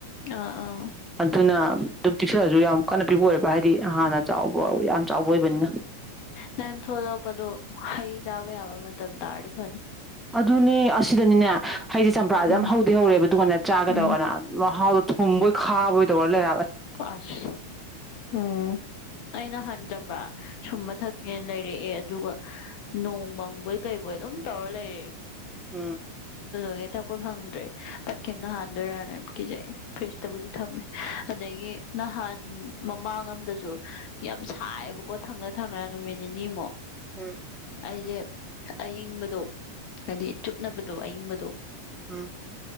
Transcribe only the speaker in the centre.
ꯑꯗꯨꯅ ꯑꯗꯨꯝ ꯆꯤꯛꯁꯜꯂꯁꯨ ꯌꯥꯝ ꯀꯟꯅ ꯄꯤꯕ ꯑꯣꯏꯕ ꯍꯥꯏꯗꯤ ꯍꯥꯟꯅ ꯆꯥꯎꯕ ꯌꯥꯝ ꯆꯥꯎꯕ ꯑꯣꯏꯕꯅꯤꯅ
ꯑꯗꯨꯅꯤ ꯑꯁꯤꯗꯅꯤꯅꯦ ꯍꯗꯤꯦ ꯆꯝꯄ꯭ꯔꯥꯁꯦ
ꯌꯥꯝ ꯍꯧꯗꯤ ꯍꯧꯔꯦꯕ ꯑꯗꯨꯒꯗꯨꯉꯥꯟꯅ ꯆꯥꯒꯗꯧꯔꯅ
ꯃꯍꯥꯎꯗꯣ ꯊꯨꯝꯕꯣꯏ ꯈꯥꯕꯣꯏ ꯇꯣꯟꯂ ꯂꯩ
ꯎꯝ
ꯎꯝ
ꯑꯝ